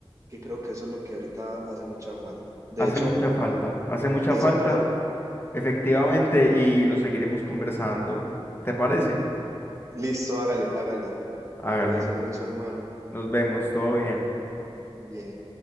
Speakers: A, on the right (about 30°); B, on the left (about 20°).
A: que creo que eso es lo que ahorita hace mucha falta. De
B: Hace
A: hecho,
B: mucha falta, hace mucha
A: esa
B: falta,
A: pre...
B: efectivamente, y lo seguiremos conversando. ¿Te parece?
A: Listo, hágale, hágale.
B: Hágale,
A: Cuídese mucho, hermano.
B: nos vemos, todo bien.
A: Bien.